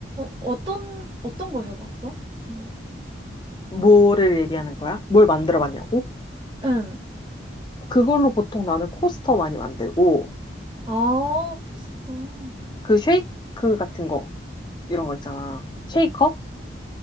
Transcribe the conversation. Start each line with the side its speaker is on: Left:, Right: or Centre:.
Right: 어떤, 어떤 거 해봤어? 뭐,
Left: 뭐를 얘기하는 거야? 뭘 만들어 봤냐고?
Right: 응.
Left: 그걸로 보통 나는 코스터 많이 만들고,
Right: 아, 코스터.
Left: 그 쉐이크 같은 거, 이런 거 있잖아. 쉐이커?